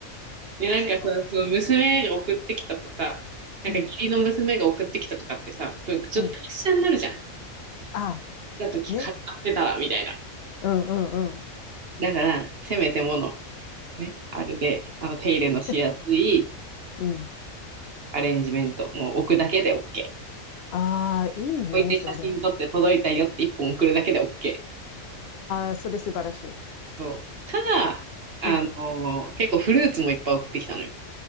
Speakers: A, on the right; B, on the left.
A: で、
B: <laughs>
A: なんかさ、その娘が送ってきたとかさ、なんか義理の娘が送ってきたとかってさ、
B: うん、
A: ぷちょっとプレッシャーになるじゃん。
B: うん。ああ、
A: たとき借りてたらみたいな。
B: ね。うんうんうん。
A: だからせめてものねあるで、あの手入れのしやすい
B: <laughs> うん。
A: アレンジメントもう置くだけでオッケー。
B: ああ、いいね、
A: 置いて写真撮って届いたよって一本送るだけでオッケ
B: それ。ああ、それ素晴らしい。
A: ー。そうただあの結構フルーツもいっぱい送ってきたのよ。
B: うん。